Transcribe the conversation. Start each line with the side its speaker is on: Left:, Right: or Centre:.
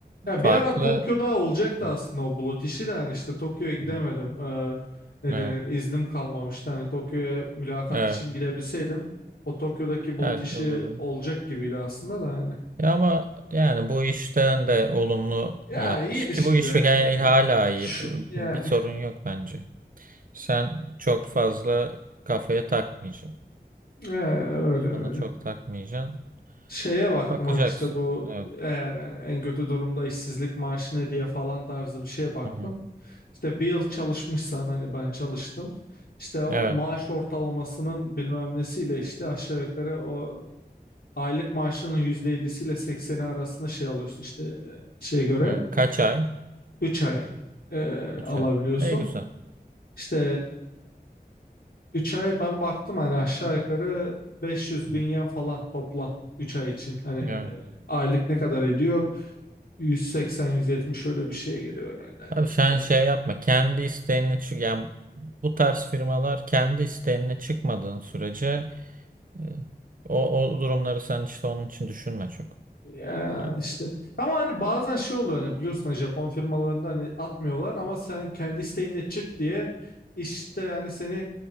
Left: ya
Right: farklı.
Left: bir ara Tokyo'da olacaktı
Right: Evet.
Left: aslında o bulut işi de hani işte Tokyo'ya gidemedim.
Right: Hı-hı.
Left: Ee, ne
Right: Evet,
Left: denir? İznim kalmamıştı. Hani Tokyo'ya mülakat
Right: evet.
Left: için gidebilseydim o Tokyo'daki bulut
Right: Belki
Left: işi
Right: olur.
Left: olacak gibiydi aslında da hani.
Right: Ya ama yani bu işten de olumlu
Left: Ya
Right: yapmış
Left: iyiydi
Right: ki
Left: şimdiye
Right: bu iş gayet
Left: kadar yani.
Right: hala iyi.
Left: Şu, yani
Right: Bir sorun yok bence. Sen çok fazla kafaya takmayacaksın.
Left: ee, öyle
Right: Kafana
Left: öyle.
Right: çok takmayacaksın.
Left: Şeye baktım
Right: Bakacaksın.
Left: hani işte bu
Right: Evet.
Left: eğer yani en kötü durumda işsizlik maaşı ne diye falan tarzı bir şeye baktım.
Right: Hı hı.
Left: İşte bir yıl çalışmışsan hani ben çalıştım. İşte o
Right: Evet.
Left: maaş ortalamasının bilmem nesiyle işte aşağı yukarı o aylık maaşının %50'siyle sekseni arasında şey alıyorsun işte e, şeye göre
Right: Evet. Kaç ay?
Left: 3 ay e,
Right: Üç
Left: alabiliyorsun.
Right: ay. Ne güzel.
Left: İşte e, üç ay ben baktım hani aşağı yukarı 500
Right: Hı
Left: bin
Right: hı.
Left: yen falan toplam 3 ay için. Hani e,
Right: Evet.
Left: aylık ne kadar ediyor? 180-170 öyle bir şey geliyor herhalde. Hani.
Right: Abi sen şey
Left: E,
Right: yapma. Kendi isteğine çık. Yani bu tarz firmalar kendi isteğine çıkmadığın sürece e, o, o durumları sen işte onun için düşünme çok.
Left: Ya
Right: Yani.
Left: işte ama hani bazen şey oluyor hani biliyorsun hani Japon firmalarında hani atmıyorlar ama sen kendi isteğinle çık diye işte yani seni